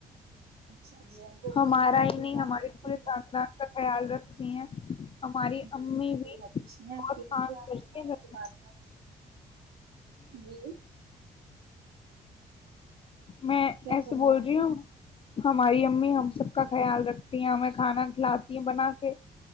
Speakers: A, on the right (about 75°); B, on the left (about 35°).
A: اچھا جیب وہ
B: ہمارا
A: گھر پہ رہ
B: ہی
A: کے
B: نہیں
A: کام
B: ہمارے
A: کرتی
B: پورے
A: ہیں گھر
B: خاندان
A: پر
B: کا خیال رکھتی ہیں ہماری
A: جی
B: امی بھی
A: بہت اچھی ہیںپ
B: کام کرتی
A: ب
B: ہیں گھر
A: بارے میں جی
B: میں
A: کیا
B: ایسے
A: فرما
B: بول رہی ہوں
A: ہیں
B: ہماری امی ہم سب کا خیال رکھتی ہیں ہمیں کھانا کھلاتی ہیں بنا کے